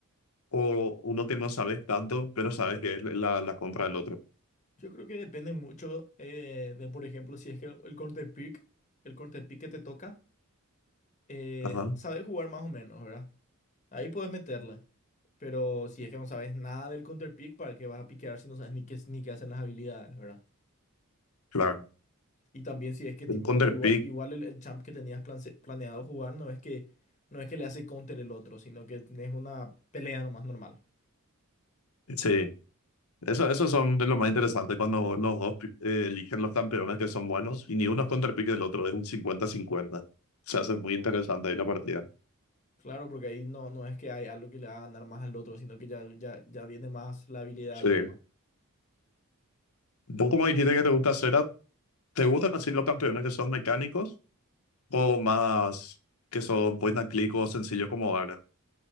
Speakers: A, on the left (about 80°); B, on the left (about 35°).
A: o uno que no sabes tanto, pero sabes que es la, la contra del otro?
B: Yo creo que depende mucho eh, de, por ejemplo, si es que el counter pick, el counter pick que te toca, eh,
A: Ajá,
B: sabes jugar más o menos, ¿verdad? Ahí puedes meterla. Pero si es que no sabes nada del counter pick, ¿para qué vas a piquear si no sabes ni qué, ni qué hacen las habilidades, ¿verdad?
A: claro.
B: Y también si es que tipo,
A: El counter
B: igual, igual el, el champ que tenías plance- planeado jugar no es que, no es que le hace counter el otro, sino que es una pelea nomás normal.
A: sí. Eso, esos son de lo más interesante cuando los dos eh, eligen los campeones que son buenos y ni uno es counter del otro, es un cincuenta-cincuenta, Se hace muy interesante ahí la partida.
B: Claro, porque ahí no, no es que hay algo que le haga ganar más al otro, sino que ya, ya, ya viene más la habilidad
A: Sí.
B: al tema.
A: ¿Vos como dijiste que te gusta hacer, te gustan así los campeones que son mecánicos? O más que son point and click o sencillos como Dario.